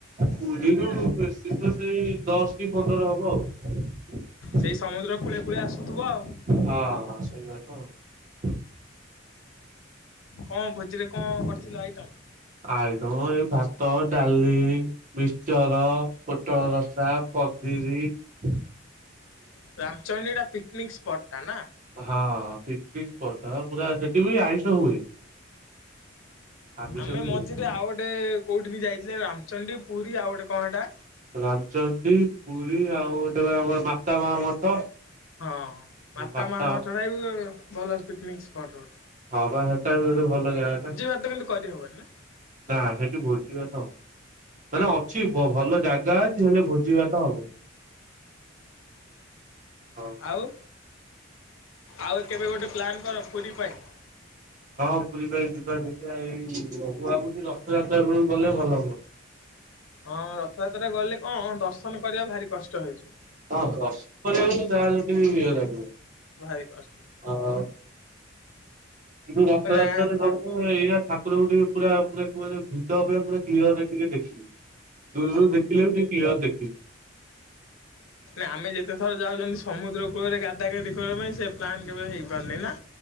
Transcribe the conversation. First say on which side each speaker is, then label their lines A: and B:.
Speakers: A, on the right; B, on the left.
A: ପୁରୀରୁ ବେଶୀ ତ ସେଇ ଦଶକି ପନ୍ଦର ହେବ ଆଉ।
B: ସେଇ ସମୁଦ୍ର କୂଳେ କୂଳେ ଆସୁଥିବ ଆଉ
A: ହଁ ସେଇ ବାଟ ଆଉ
B: କଣ ଭୋଜିରେ କଣ କରିଥିଲ ଆଇଟମ?
A: ଆଇଟମ ଏଇ ଭା ଭାତ ଡାଲି ମିଶ୍ଚର ପୋଟଳରସା ପନିର।
B: ରାମଚଣ୍ଡୀଟା ପିକନିକ ସ୍ପଟଟା ନା?
A: ହଁ ପିକନିକ ସ୍ପଟ ପୁରା ସେଠି ବି ଆଇଁଷ ହୁଏ। ଆମିଷ
B: ଆମେ
A: ବି
B: ମଝିରେ
A: ହୁଏ।
B: ଆଉ ଗୋଟେ କୋଉଠିିକି ଯାଇଥିଲେ ରାମଚଣ୍ଡୀ ପୁରୀ ଆଉ ଗୋଟେ କଣ ହେଟା?
A: ରାମଚଣ୍ଡୀ ପୁରୀ ଆଉ ଗୋଟେ ବା ଆମର ମାତା ମା ମଠ।
B: ହଁ ହଁ ମାତା
A: ବାଟ
B: ମା ମଠବି ଭଲ ପିକନିକ ସ୍ପଟ ଗୋ
A: ହଁ ବା ସେଟା ବି ଗୋଟେ ଭଲ ଜାଗାଟା
B: ଭାତ କିନ୍ତୁ କରିହବନି ନା
A: ନା ସେଇଠି ଭୋଜିଭାତ। ମାନେ ଅଛି ଭ-ଭଲ ଜାଗା ଅଛି ହେଲେ ଭୋଜିଭାତ ହବନି। ହଁ
B: ଆଉ ଆଉ କେବେ ଗୋଟେ ପ୍ଲାନ୍ କର ପୁରି ପାଇଁ।
A: ହଁ ପୁରୀ ପାଇଁ ଯିବା ଦେଖିବା ଏଇ <unintelligible> ରଥଯାତ୍ରା ବେଳକୁ ଗଲେ ଭଲ ହୁଅନ୍ତା।
B: ହଁ ରଥଯାତ୍ରା ଗଲେ କଣ ଦର୍ଶନ କରିବା ଭାରି କଷ୍ଟ ହେଇଯିବ।
A: ହଁ କଷ୍ଟ <unintelligible> ଯାହାହେଲେ ଟିକେ ୟେ ଲାଗିବ।
B: ଭାରି କଷ୍ଟ।
A: ହଁ। ରଥଯାତ୍ରାରେ
B: ନା
A: ଏଇ ଠାକୁରଙ୍କୁ ଟିକେ ପୁରା ପୁରା <unintelligible> ଭିଡ଼ ଅପେକ୍ଷା ପୁରା କ୍ଲିଅରରେ ଟିକେ ଦେଖିବି। ଦୂରରୁ ଦେଖିଲେ ବି ଟିକେ କ୍ଲିଅର ଦେଖିବି।
B: ନା ଆମେ ଯେତେ ଥର ଯାଉଛନ୍ତି। ସମୁଦ୍ର କୂଳରେ ଗାଧାଗାଧି କରିବା ପାଇଁ ସେ ପ୍ଲାନ୍ କେବେ ହେଇପାରୁନି ନା।